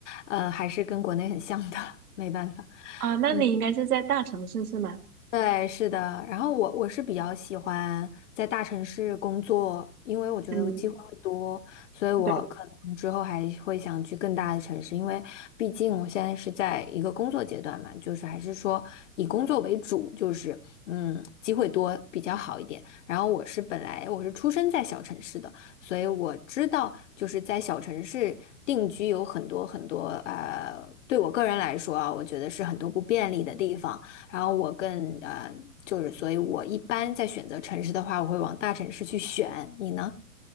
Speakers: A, on the left; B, on the right.
A: 呃，还是跟国内很像的，<laughs> 没办法。
B: 啊，那你应该是在大城市是吗？
A: 嗯。对，是的。然后我我是比较喜欢在大城市工作，因为我觉得机会会多，
B: 嗯，
A: 所以我可能之后还会想去更大的城市，
B: 对。
A: 因为毕竟我现在是在一个工作阶段嘛，就是还是说以工作为主，就是嗯，机会多比较好一点。然后我是本来我是出生在小城市的，所以我知道就是在小城市定居有很多很多呃，对我个人来说啊，我觉得是很多不便利的地方。然后我更呃，就是所以，我一般在选择城市的话，我会往大城市去选。你呢？